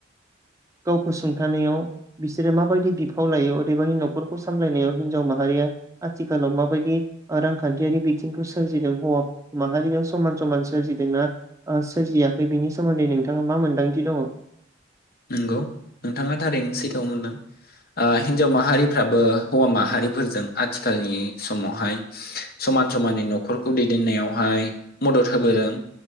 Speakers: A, on the right; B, on the left.
A: गावखौ सुंथानायाव बिसोरो माबायदि बिफाव लायो अदेबानि नखरखौ सामलायनायाव हिन्जाव माहारिया आथिखालाव माबायदि ओ रांखान्थियारि बिथिंखौ सोरजिदों हौवा माहारियाव समान समान सोरजिदोंना ओ सोरजिया खै बिनि सोमोन्दै नोंथाङा मा मोन्दांथि दङ?
B: नंगौ नोंथाङा थारैनो सैथोआव मोनदों ओ हिनजाव माहारिफ्राबो हौवा माहारिफोरजों आथिखालनि समावहाय समान समाननै नखरखौ दैदेननायावहाय मदद होबोदों।